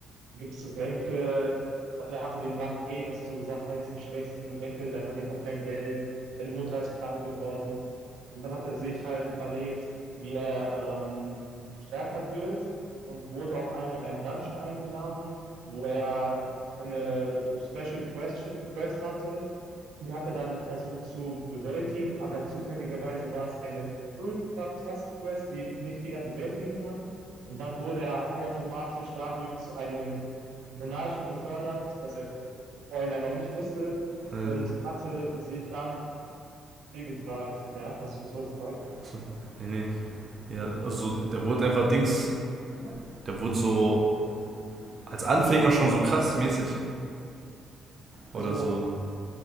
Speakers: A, on the right; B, on the right.
A: Gibst du Senke, er hatte den Rang E, das ist so gesagt eines der schwächsten. Senke, der verdient auch kein Geld. Seine Mutter ist krank geworden. Und dann hat er sich halt überlegt, wie er ähm, stärker wird und wurde auf einmal in einen Dungeon eingeladen, wo er eine Special Quest, Quest hatte die hat er dann versucht zu bewältigen, aber zufälligerweise war es eine ultra krasse Quest, die nicht jeder bewältigen kann. Und dann wurde er automatisch dadurch zu einem Monarchen befördert, das er vorhin noch nicht wusste
B: Äh,
A: und hatte sich dann viel gefragt. Ja, das, was soll's fragen?
B: so. Nee, nee. Ja, also der wurde einfach Dings. Der wurde so als Anfänger schon so krass mäßig. Oder
A: Also
B: so.